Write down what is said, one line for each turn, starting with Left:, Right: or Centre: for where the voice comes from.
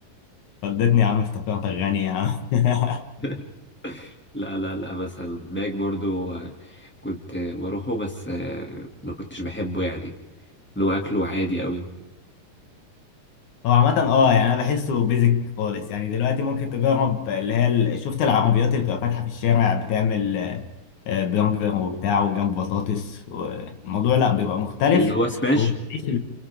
Left: فضتني يا عم افتكرتك غني يا عم <laughs>
Centre: <laughs> لا لا لا مثلا ماك برضو آه، كنت آه، بروحه بس آه، ما كنتش بحبه يعني اللي هو اكله عادي قوي
Left: هو عامة اه يعني انا بحسه بيزك خالص يعني دلوقتي ممكن تجرب اللي هي ال- شفت العربيات اللي بتبقى فاتحة في الشارع بتعمل آه، برجر وبتاع وجنب بطاطس الموضوع لا بيبقى مختلف
Centre: اللي هو سماش
Left: وبتعيش ال-